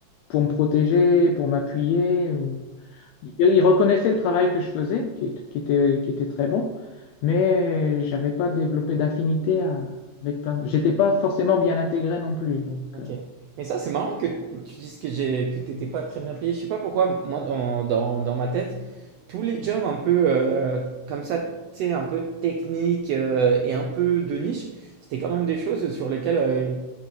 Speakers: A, on the left; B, on the right.
A: pour me protéger, pour m'appuyer. ou- Ils ils reconnaissaient le travail que je faisais, qui, est- qui était, qui était très bon, mais j'avais pas développé d'affinité à- avec plein. J'étais pas forcément bien intégré non plus, donc
B: OK.
A: euh,
B: Mais ça, c'est marrant que tu dises que j'ai que t'étais pas très bien payé. Je sais pas pourquoi, moi, dans, dans, dans ma tête, tous les jobs un peu euh, comme ça, tu sais, un peu technique euh, et un peu de niche, c'était quand même des choses sur lesquelles euh,